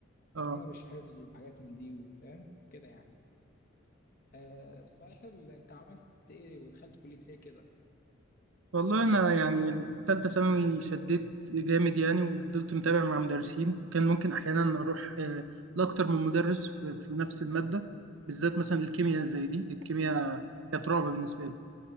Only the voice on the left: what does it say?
انما مش حفظ وحاجات من دي وفاهم كده يعني آه صحيح ال... انت عملت ايه ودخلت كليه ايه كده